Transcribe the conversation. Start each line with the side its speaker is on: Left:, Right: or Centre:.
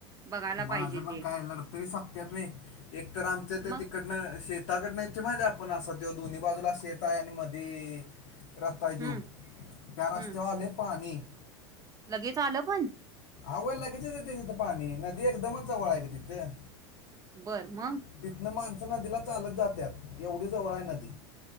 Right: बघायला पाहिजे
Left: माझ पण
Right: ते
Left: काय लढतरी सपत्यात म एक तर आमच्या
Right: मग
Left: ते तिकडनं शेताकडन आपण अस तो दोन्ही बाजूला शेत आहे आणि मध रस्ता
Right: हम्म
Left: जऊ त्या रस्तते
Right: हम्म
Left: हले पाणी <inaudible>
Right: लगेच आलं पण
Left: आव लागेचीच ये तिथं पाणी नदी एकदमच जवळ आहे का तिथं
Right: बरं मग
Left: तिथनं माणसं नदीला चालत जात एवढी जवळ आहे नदी